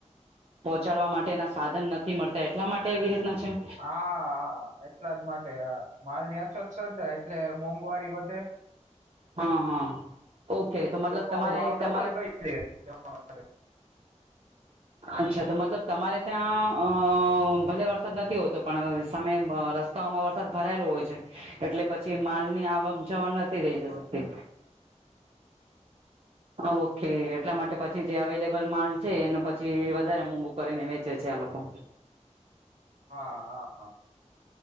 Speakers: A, on the right; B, on the right.
A: પહોંચાડવા માટેના સાધન નથી મળતા એટલા માટે એવી રીતના છે
B: હા હા એટલા જ માટે હા માલની અછત સર્જાય એટલે મોંઘવારી વધે
A: હા હા ઓકે તો મતલબ
B: લોકો
A: તમારે
B: ભાવ
A: તમારે
B: <unintelligible>
A: અચ્છા તો મતલબ તમારે ત્યાં અ ભલે વરસાદ નથી હોતો પણ સામે રસ્ તો આમાં વરસાદ ભરાયેલો હોય છે. એટલે પછી માલ ની આવક જવન નથી થઈ શકતી. ઓકે એટલા માટે પછી જે અવેલેબલ માલ છે એનું પ પછી વધારે મોંઘુ કરીને વેચે છે. આ લોકો
B: હા હા હા